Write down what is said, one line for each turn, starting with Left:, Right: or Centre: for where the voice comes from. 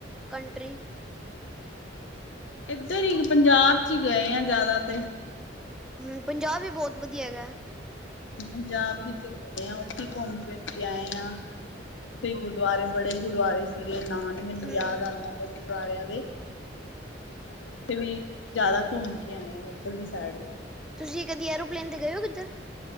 Centre: ਕੰਨਟਰੀ?
Left: ਏਧਰ ਈ ਪੰਜਾਬ 'ਚ ਈ ਗਏ ਆ ਜਿਆਦਾ 'ਤੇ।
Centre: ਹੂੰ ਪੰਜਾਬ ਵੀ ਬੋਤ ਵਧੀਆ ਹੈਗਾ।
Left: ਪੰਜਾਬ ਵਿੱਚ ਗਏ ਆ ਉੱਥੀ ਘੁੰਮ ਫਿਰ ਕੇ ਆਏ ਆ। ਉੱਥੇ ਈ ਗੁਰਦੁਆਰੇ, ਬੜੇ ਗੁਰਦੁਆਰੇ ਸੀਗੇ ਨਾਂ ਨੀ ਮੈਨੂੰ
Centre: ਹਮ
Left: ਯਾਦ ਆਂਦਾ ਪਿਆ ਗੁਰਦੁਵਾਰਿਆਂ ਦੇ। ਮਤਲਬ ਉੱਥੇ ਵੀ ਜਿਆਦਾ ਘੁੰਮ ਕੇ ਆਏ ਆ ਉੱਧਰਲੀ ਸਾਈਡ ਵੀ।
Centre: ਤੁਸੀਂ ਕਦੀ ਐਰੋਪਲੇਨ 'ਤੇ ਗਏ ਓ ਕਿੱਧਰ?